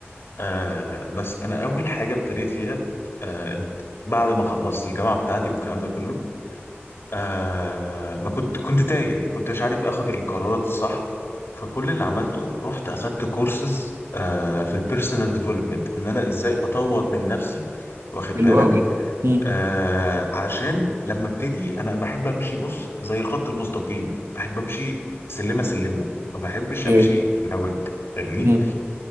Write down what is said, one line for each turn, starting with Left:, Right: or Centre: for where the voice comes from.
Left: آه بس انا اول حاجه ابتديت فيها آه انت- بعد ما خلصت الجامعه بتاعتي والكلام ده كله آه ما كنت كنت تايه كنت مش عارف اخد القرارات الصح فكل اللي عملته رحت اخدت كورسز آه في البيرسونال ديفلوبمنت ان انا ازاي اطور من نفسي واخد
Right: حلو
Left: بالك
Right: قوي امم
Left: آه علشان لما ابتدي انا بحب امشي بص زي الخط المستقيم احب امشي سلمه سلمه ما بحبش
Right: ايه
Left: امشي مهوج فاهمني
Right: امم